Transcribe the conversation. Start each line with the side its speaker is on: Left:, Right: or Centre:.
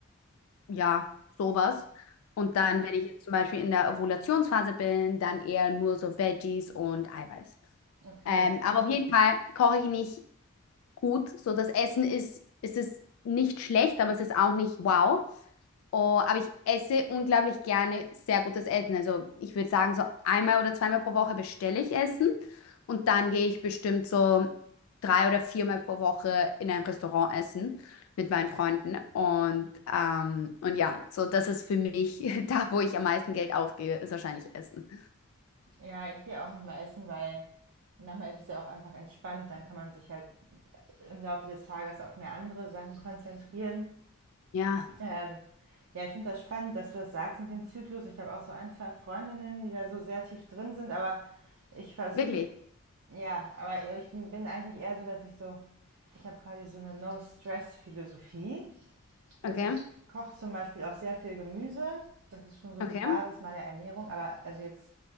Left: ja, sowas. Und dann, wenn ich jetzt zum Beispiel in der Ovulationsphase bin, dann eher nur so Veggies und Eiweiß.
Right: okay.
Left: Ähm, aber auf jeden Fall koche ich nicht gut. So, das Essen ist, es ist nicht schlecht, aber es ist auch nicht wow. Oh, aber ich esse unglaublich gerne sehr gutes Essen. Also ich würde sagen, so einmal oder zweimal pro Woche bestelle ich Essen und dann gehe ich bestimmt so drei oder viermal pro Woche in ein Restaurant essen mit meinen Freunden. Und, ähm, und ja, so das ist für mich <laughs> da, wo ich am meisten Geld ausgebe, ist wahrscheinlich Essen.
Right: Ja, ich gehe auch manchmal essen, weil manchmal ist es ja auch einfach entspannt. Dann kann man sich halt im Laufe des Tages auf mehr andere Sachen konzentrieren.
Left: Ja,
Right: Ähm, ja, ich finde das spannend, dass du das sagst mit dem Zyklus. Ich habe auch so ein, zwei Freundinnen, die da so sehr tief drin sind, aber ich versuche
Left: wirklich.
Right: Ja, aber ich bin eigentlich eher so, dass ich so, ich habe quasi so eine No-Stress-Philosophie. Also
Left: Okay,
Right: ich koche zum Beispiel auch sehr viel Gemüse. Das ist schon so
Left: okay.
Right: die Basis meiner Ernährung. Aber also jetzt